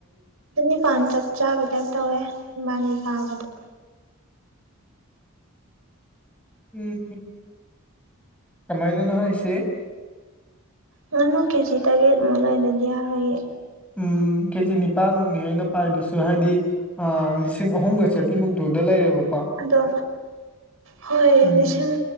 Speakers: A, on the right (about 80°); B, in the centre.
A: ꯆꯅꯤꯄꯥꯟ ꯆꯞ ꯆꯥꯕꯩ ꯇꯥꯏꯞ ꯇꯧꯋꯦ ꯏꯕꯥꯅꯤ ꯄꯥꯕꯗ
B: ꯎꯝ ꯀꯃꯥꯏꯅꯅꯦ ꯍꯥꯏꯁꯦ
A: ꯉꯥꯅꯨ ꯀꯦꯖꯤ ꯇꯔꯦꯠꯃꯨꯛ ꯂꯩꯗꯗꯤ ꯌꯥꯔꯣꯏꯌꯦ
B: ꯎꯝ ꯀꯦꯖꯤ ꯅꯤꯄꯥꯟꯃꯨꯛꯅꯤ ꯑꯩꯅ ꯄꯥꯏꯗꯨꯁꯨ ꯍꯥꯏꯗꯤ ꯑꯥꯥ ꯂꯤꯁꯤꯡ ꯑꯍꯨꯝꯒ ꯆꯅꯤꯃꯨꯛ ꯗꯨꯗ ꯂꯩꯔꯦꯕ
A: ꯑꯗꯣ ꯍꯣꯏ
B: ꯎꯝ
A: ꯂꯤꯁꯤꯡ